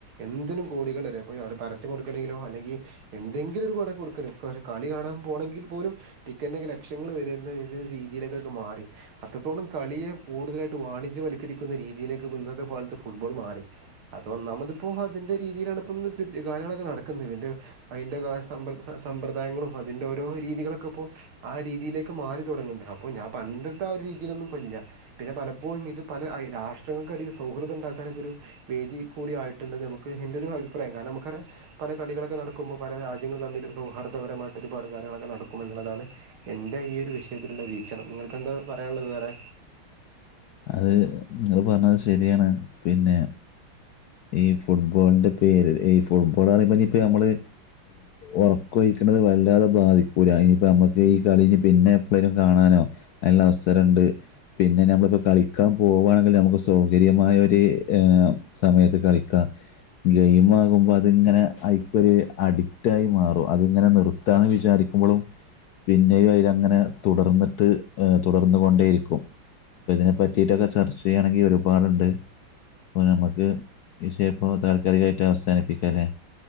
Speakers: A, on the right (about 75°); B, on the left (about 75°).
A: എന്തിനും കോടികൾ എറിയ പ്പൊ വിടെ പരസ്യം കൊടുക്കണമെങ്കിലോ, അല്ലെങ്കി എന്തെങ്കിലും ഒരു കൊട കൊടുക്കല്. പക്ഷേ കളി കാണാൻ പോണെങ്കിൽ പോലും ടിക്കറ്റ്നോക്കല്ലെ എത്ര ലക്ഷങ്ങൾ വെല വെരുന്ന ഒരു രീതിയിലൊക്കെ മാറി. അത്രത്തോളം കളിയെ കൂടുതലായിട്ട് വാണിജ്യവൽക്കരിക്കുന്ന രീതിയിലേക്ക് ഇന്നത്തെ കാലത്ത് ഫുട്ബോൾ മാറി. അത് ഒന്നാമതിപ്പോ, അതിന്റെ രീതിയിലാണ് ഇപ്പോ ന്ന് ത് കാര്യങ്ങളൊക്കെ നടക്കുന്നത് അതിന്റെ അയ്ന്റെ കാര്യ സമ്പ്രദായങ്ങളും അതിൻ്റെ ഓരോ രീതികളൊക്കെ പ്പോ. ആഹ് രീതിയിലേക്ക് മാറി തൊടങ്ങുണ്ട് അപ്പോ ഞാൻ പണ്ടത്തെ ആഹ് ഒരു രീതിലൊന്നുപ്പല്ല. പിന്നെ പലപ്പോഴും ഇത് പല ഐയ് രാഷ്ട്രങ്ങൾക്ക് അധികം സൗഹൃദം ഉണ്ടാക്കാനൊക്കെരു വേദി കൂടിയായിട്ടുണ്ട് നമുക്ക് എന്റെ ഒരു അഭിപ്രായം കാരണം നമുക്കറിയാ പല കളികളൊക്കെ നടക്കുമ്പോൾ പല രാജ്യങ്ങള് തമ്മിൽ സൗഹാർദ്ദപരമായിട്ട് ഒരുപാട് കാര്യങ്ങളൊക്കെ നടക്കുമെന്നുള്ളതാണ്. എൻ്റെ ഈ ഒരു വിഷയത്തിലുള്ള വീക്ഷണം. നിങ്ങൾക്ക് എന്താ പറയാള്ളത് വേറെ
B: അത്, നിങ്ങൾ പറഞ്ഞത് ശരിയാണ് പിന്നെ ഈ ഫുട്ബോളിൻ്റെ പേര് ഈ ഫുട്ബോൾ പറയുമ്പോ പ്പ നമ്മള് ഉറക്കം ഒഴിക്ക്ണത് വല്ലാതെ ബാധിക്കൂല്ല. ഈ സമയത്ത് ഈ കളി ഇഞ്ഞി പിന്നെ എപ്പോഴേലും കാണാനോ അതിനുള്ള അവസരം ഉണ്ട്. പിന്നെ ഞമ്മളിപ്പത് കളിക്കാൻ പോകാണെങ്കിലും നമുക്ക് സൗകര്യമായൊരു സമയത്ത് കളിക്കാം. ഗെയിം ആകുമ്പോൾ അതിങ്ങനെ അയ്ക്കൊരു അഡിക്റ്റായി മാറും അതിങ്ങനെ നിർത്ത് നിർത്താന്ന് വിചാരിക്കുമ്പഴും. പിന്നെയും അയിലങ്ങനെ തുടർന്നിട്ട്, തുടർന്നു കൊണ്ടേയിരിക്കും ഇതിനെ പറ്റിട്ടൊക്കെ ചർച്ച ചെയ്യണെങ്കിൽ ഒരുപാടുണ്ട്. അപ്പോ നമ്മക്ക് ഈ വിഷയം ഇപ്പോ താൽക്കാലികമായിട്ട് അവസാനിപ്പിക്കല്ലേ